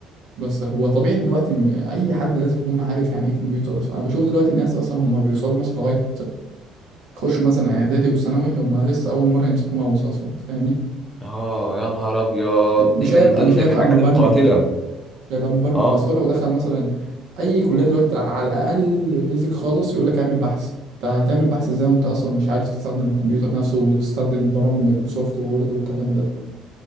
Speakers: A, on the right; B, on the left.
A: بس هو طبيعي دلوقتي م- اي حد لازم يكون عارف يعني ايه كمبيوتر اصلا انا بشوف دلوقتي ناس اصلا هم بيوصلوا مثلا لغاية يخشوا مثلا اعدادي وثانوي هم لسه اول مرة يمسكوا ماوس اصلا فاهمني
B: اه يا نهار ابيض
A: مش
B: دي من
A: هيبقى
B: ضمن
A: مش هيبقى
B: الحاجات
A: مبرمج
B: القاتله
A: يبقى مبرمج
B: اه
A: بس هو لو دخل مثلا اي كليه دلوقتي على الاقل بيزك خالص يقول لك اعمل بحث انت هتعمل بحث ازاي وانت اصلا مش عارف تستخدم الكمبيوتر نفسه وتستخدم برامج مايكروسوفت وورد والكلام ده